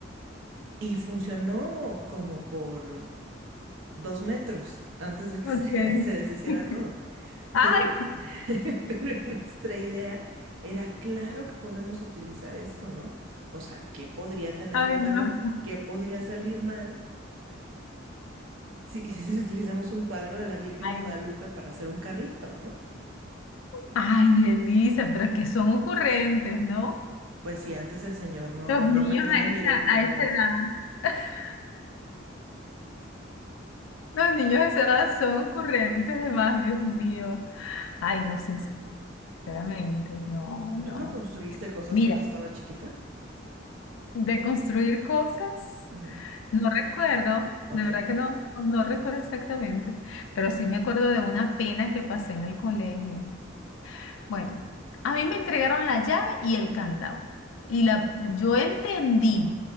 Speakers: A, on the right; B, on the left.
A: Y funcionó como por dos metros antes de que
B: Okay.
A: se, <laughs> se deshiciera
B: <laughs>
A: todo.
B: Ay,
A: Pero, <laughs> pero nuestra idea era, claro que podemos utilizar esto, ¿no? O sea, ¿qué podría tener
B: ay,
A: de malo?
B: no.
A: ¿Qué podría salir mal si, <laughs> si utilizamos un cuadro de la Virgen
B: Ay,
A: de Guadalupe para hacer un carrito, ¿no?
B: ay, Elisa, pero que son ocurrentes, ¿no?
A: Pues si antes el señor no,
B: Los
A: no,
B: niños
A: me- no me
B: a
A: miró
B: esa,
A: malamente.
B: a esa edad. <laughs> Los niños a esa edad son ocurrentes de más, Dios mío. Ay, no, sinceramente, no, no.
A: ¿Tú no construiste cosas
B: Mira,
A: cuando estaba chiquita?
B: de construir cosas.
A: Ujú.
B: No recuerdo,
A: Ok.
B: de verdad que no, no recuerdo exactamente, pero sí me acuerdo de una pena que pasé en el colegio. Bueno, a mí me entregaron la llave y el candado. Y la, yo entendí,